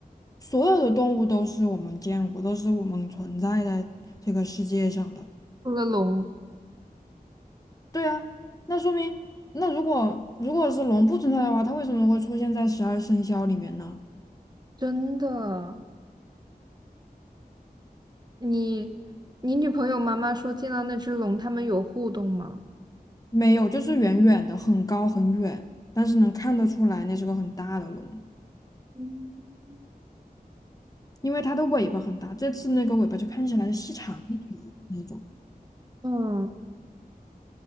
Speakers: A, on the left (about 20°); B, on the right (about 25°).
A: 所有的动物都是我们见过，都是我们存在在这个世界上的。
B: 除了龙，
A: 对啊，那说明，那如果如果是龙不存在的话，它为什么会出现在十二生肖里面呢？
B: 真的。你你女朋友妈妈说见到那只龙，他们有互动吗？
A: 没有，就是远远的，很高很远，但是能看得出来那是个很大的龙，
B: 嗯，
A: 因为它的尾巴很大。这次那个尾巴就看起来细长一点那种
B: 嗯，